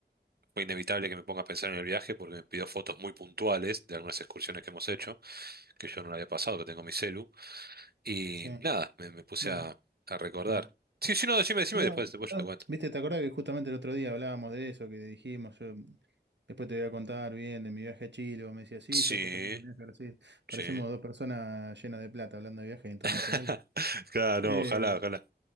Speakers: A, on the right; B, on the right.
A: fue inevitable que me ponga a pensar en el viaje porque me pidió fotos muy puntuales de algunas excursiones que hemos hecho, que yo no le había pasado, que tengo en mi celu. Y
B: sí,
A: nada, me, me puse
B: bueno,
A: a, a recordar.
B: perdón.
A: Sí, sí, no, decime, decime
B: No,
A: y después, después
B: no,
A: yo te cuento.
B: Viste, ¿te acordás que justamente el otro día hablábamos de eso, que dijimos, yo después te voy a contar bien de mi viaje a Chile, vos me decías, sí,
A: Sí,
B: yo después te cuento mi viaje a Brasil. Parecemos
A: sí.
B: dos personas llenas de plata hablando de viajes internacionales.
A: <laughs> Claro, no,
B: Eh,
A: ojalá, ojalá.